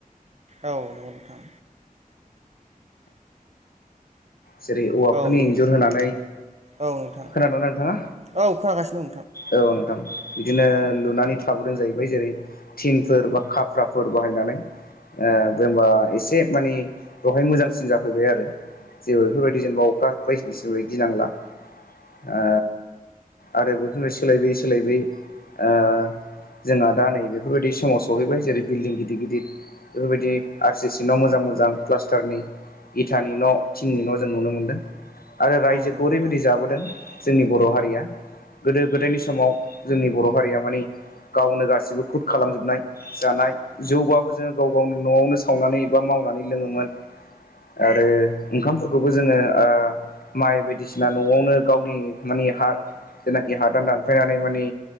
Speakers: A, on the right (about 50°); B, on the left (about 85°).
A: औ नंगौ नोंथां।
B: जेरै औवाफोरनि
A: औ नंगौ
B: इन्जुर होनानै
A: औ नोंथां
B: खोनादों ना नोंथाङा?
A: औ खोनागासिनो दं
B: औ नोंथां। बिदिनो लुनानै थाबोदों जाहैबाय जेरै थिंफोर बा खाफ्राफोर बाहायनानै। ओ बे होमबा एसे माने बेहाय मोजांसिन जाफैबाय आरो ‌ जेबो बेफोरबायदि जेनबा अखा बायदिसिनानिफ्राय गिनांला ओ आरो बेफोरनो सोलायबोयै सोलायबोयै ओ जोंहा दा नै बेफोरबायदि समाव सहैबाय जेरै बिल्डिं गिदिर गिदिर बेफोरबायदि आरसि सि न' मोजां मोजां प्लास्टारनि इथानि न' थिंनि न' जों नुनो मोनदों आरो रायजोखौ
A: नोंथां
B: ओरैबायदि जाबोदों जोंनि बर हारिया गोदो गोदायनि समाव जोंनि बर' हारिया मानि गावनो गासिबो खुद खालामजोबनाय जानाय जौबाबो जोङो गाव गावनि न'आवनो सावनानै एबा माव नानै लोङोमोन आरो ओंखामफोरखौबो जोङो ओ माइ बायदिसिना न'आवनो गावनि मानि हा जेनाखि हादान दानफायनानै मानि